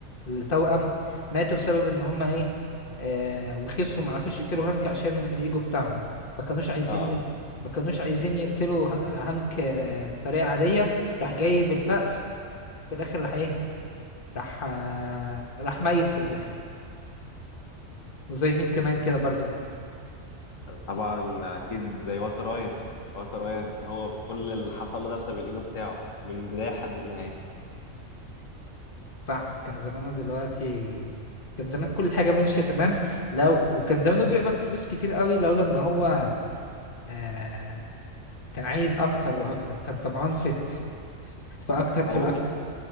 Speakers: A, on the left; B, on the left.
A: التوأم ماتوا بسبب ان هم ايه آه وخسروا ما عرفوش يقتلوا هانك عشان الايجو بتاعهم ما كانوش عايزين
B: اه
A: ي... ما كانوش عايزين يقتلوا ه- هانك آه، بطريقة عادية راح جاي بالفأس في الاخر راح ايه راح آه، راح ميت في الاخر وزي مين كمان كده برضو
B: طبعا اكيد زي والتر وايت والتر وايت هو كل اللي حصل له ده بسبب الايجو بتاعه من البدايه لحد النهايه
A: صح كان زمانه دلوقتي كان زمان كل حاجة ماشية تمام لو وكان زمانه بيقبض فلوس كتير قوي لولا ان هو آه... كان عايز اكتر واكتر كان طمعان في في اكتر
B: هو
A: في الاكتر